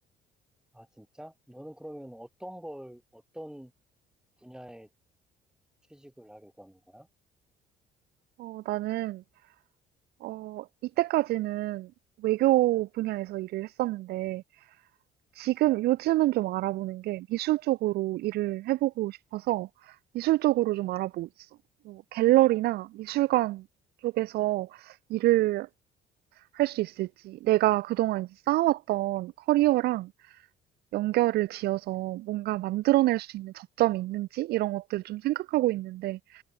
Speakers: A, in the centre; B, on the right.
A: 아, 진짜? 너는 그러면 어떤 걸, 어떤 분야에 취직을 하려고 하는 거야?
B: 어, 나는, 어, 이때까지는 외교 분야에서 일을 했었는데, 지금 요즘은 좀 알아보는 게 미술 쪽으로 일을 해보고 싶어서 미술 쪽으로 좀 알아보고 있어. 뭐 갤러리나 미술관 쪽에서 일을 할 수 있을지, 내가 그동안 이제 쌓아왔던 커리어랑 연결을 지어서 뭔가 만들어낼 수 있는 접점이 있는지 이런 것들을 좀 생각하고 있는데